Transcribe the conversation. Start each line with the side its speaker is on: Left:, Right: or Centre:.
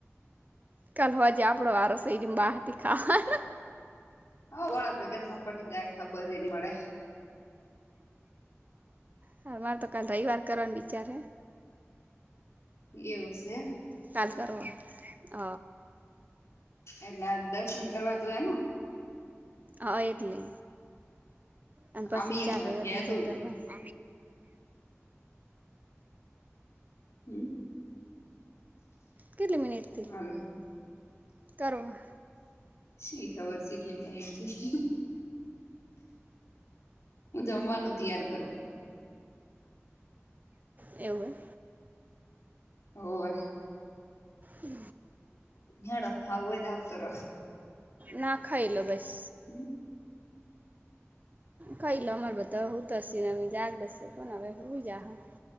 Right: કાલલેવાજે આપણો વારો સૈરી બાહથી ખાવાના
Left: હ વાળા ભેગા થાય પટી દાય ખબર એની વડે
Right: હ અમારે તો કાલ રવિ વાર કરવાનું વિચારે
Left: એવું છે
Right: કાલ કર હોો હ
Left: એટલે આ દર્શન કરવા તો એનું
Right: હા એટલે અને પછી
Left: અમી એ
Right: ચાર
Left: કરા
Right: રવિવાર
Left: કેદું
Right: બીજા કરવાય
Left: હમ
Right: કેટલી મિનિટથી
Left: હાલ
Right: કરવામાં
Left: શ ખબર છેકેટલી મિનટથી હું જમવાનું તૈયાર કરું
Right: એવું
Left: હોર
Right: હમ
Left: હેડો ખાવુ હોય આવતાર
Right: ના ખાઈ લો બસ
Left: હમ
Right: કાલા મારબતા <inaudible> તોસી નમી જક દસેકો નવે બ જાા હ